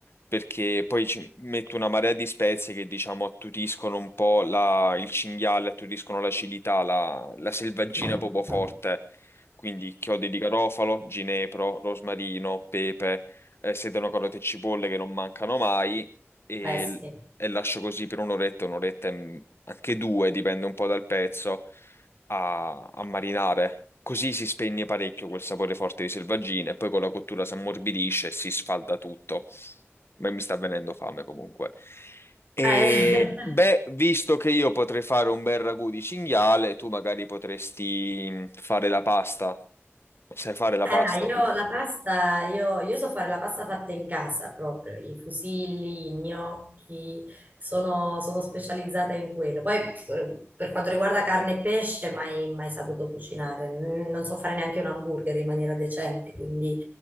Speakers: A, on the left; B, on the right.
A: perché poi ci metto una marea di spezie che diciamo attutiscono un po' la- il cinghiale, attutiscono l'acidità, la, la selvaggina
B: Mhm.
A: proprio forte. Quindi chiodi di garofalo, ginepro, rosmarino, pepe, eh, sedano, carote e cipolle che non mancano mai e,
B: Beh, sì.
A: e lascio così per un'oretta, un'oretta e m- anche due, dipende un po' dal pezzo a, a marinare. Così si spegne parecchio quel sapore forte di selvaggina e poi con la cottura si ammorbidisce e si sfalda tutto. Ma mi sta venendo fame comunque. E
B: Eh, <laughs>
A: beh, visto che io potrei fare un bel ragù di cinghiale, tu magari potresti mm, fare la pasta. Sai fare la
B: eh,
A: pasta
B: dai,
A: tu?
B: io la pasta, io, io so fare la pasta fatta in casa proprio, i fusilli, i gnocchi, sono, sono specializzata in quello. Poi eh, per quanto riguarda carne e pesce, mai, mai saputo cucinare, Mm, non so fare neanche un hamburger in maniera decente, quindi